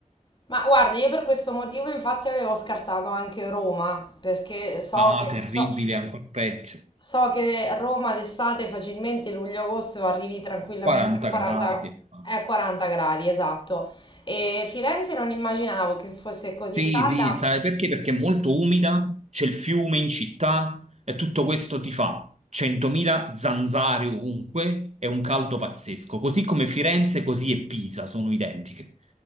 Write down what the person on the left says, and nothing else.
Ma guarda, io per questo motivo infatti avevo scartato anche Roma, perché so
che,
so,
so che Roma d'estate facilmente luglio-agosto arrivi tranquillamente
a 40,
eh, 40 gradi, esatto. E Firenze non immaginavo che fosse così
calda,